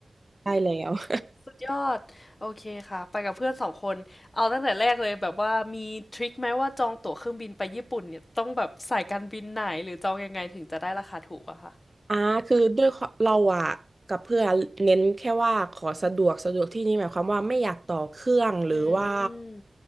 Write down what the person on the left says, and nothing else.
สุดยอดโอเคค่ะไปกับเพื่อนสองคนเอาตั้งแต่แรกเลยแบบว่ามีทริคไหมว่าจองตั๋วเครื่องบินไปญี่ปุ่นเนี่ยต้องแบบสายการบินไหนหรือจองยังไงถึงจะได้ราคาถูกอะค่ะ
อืม